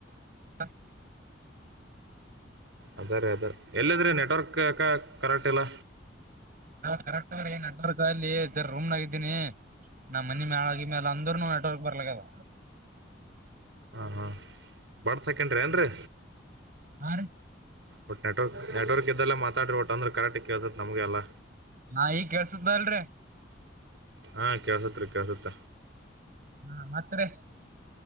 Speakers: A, on the right; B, on the right.
A: <unintelligible>
B: ಅದ ರೀ ಅದಾರೆ ಎಲ್ಲದ್ರೆ ನೆಟ್ವರ್ಕ್ ಯಾಕ ಕರೆಕ್ಟ್ ಇಲ್ಲ
A: ನಾ ಕರೆಕ್್ರ ಏನ್ ಅದ ರಿಅಲ್ಲಿರ ರೂಮ್ನಾಗಿದ್ದೀನಿ ನಮ್ಮ ಮನಿ ಮ್ಯಳಾಗಿ ಮ್ಯಾಲ ಅಂದ್ರನು ನೆಟ್ವರ್ಕ್ ಬರ್ಲಕ್ಕದ
B: ಹಾ ಹಾ ಬಡ್ ಸಕೆಂಡ್ರಿ ಏನ್ರಿೀ
A: ಹಾ ರೀ
B: ಒಟ್ ನೆಟ್ವಕ್ ನೆಟ್ವರ್ಕ್ ಇದ್ದಲ್ಲೇ ಮಾತಾ್ರಿ ಒಟ್ಟ ಅಂದ್ರೆ ಕರೆಕ್ಟ್ ಕೇತ ನಮಗೆಲ್ಲ
A: ಹಾ ಈಗ್ ಕೇಸುತದ ಇಲ್ರಿ
B: ಹಾ ಕೆಳ್ಸತ್ರ ಕೆಳ್ಸತ್ತ
A: ಹಾ ಮಾತ್ರೆ